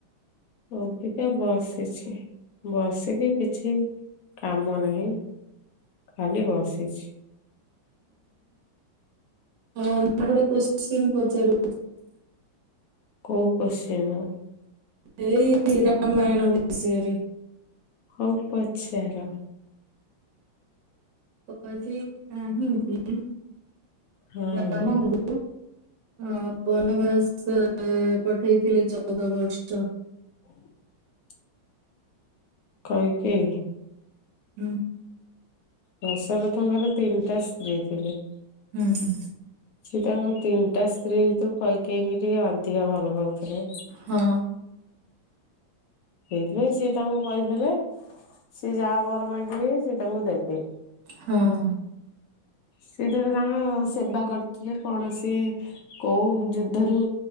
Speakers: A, on the left (about 80°); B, on the right (about 60°).
A: ଅବିକା ବସିଛି ବସିକି କିଛି କାମ ନାହିଁ ଖାଲି ବସିଛି
B: ହଁ ହଁ ମୁଁ ଗୋଟେ କିଶ୍ଚିନ୍ ପଚାରୁ
A: କୋଉ କଶ୍ଚିନ?
B: ଏଇ ରାାମାୟଣ ବିଷୟରେ
A: ହଉ ପଚାର
B: କୈକେୟୀ କାହିଁକି
A: ହଁ
B: ରାମ ଙ୍କୁ କୁ ଅଁ ବନବାସ ପଠେଇଥିଲେ ଚଉଦ ବର୍ଷ
A: <inaudible> କହିକେହି।
B: ହୁଁ।
A: ଦଶରଥଙ୍କର ତିନିଟା ସ୍ତ୍ରୀ ଥିଲେ।
B: ହୁଁ ହୁଁ।
A: ସିଏ ତାଙ୍କ ତିନିଟା ସ୍ତ୍ରୀ ଭିତରୁ କହିକେଇକି ଟିକେ ଅଧିକା ଭଲ ପାଉଥିଲେ।
B: ହଁ।
A: ହେଇଥିବାଇ ସିଏ ତାଙ୍କୁ କହିଥିଲେ ସିଏ ଯାହା ବର ମାଗ ସେ ତାଙ୍କୁ ଦେବେ। <inaudible>
B: ହଁ
A: ସେଥିରେ ତାଙ୍କ ସେବା କରିଥିଲେ କୌଣସି। କୋଉ ଯୁଦ୍ଧରୁ